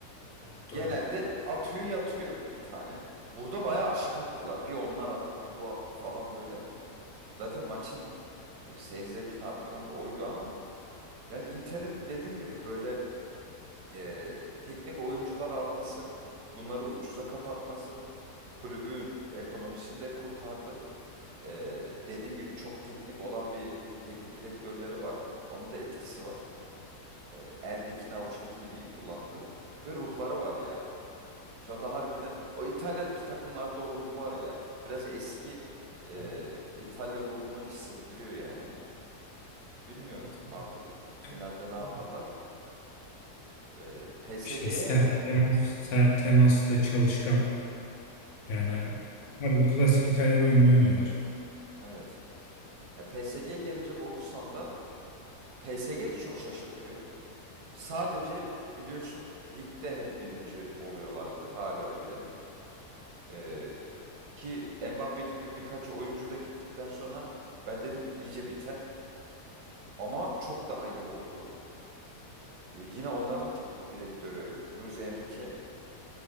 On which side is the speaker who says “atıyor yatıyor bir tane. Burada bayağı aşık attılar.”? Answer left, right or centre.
Right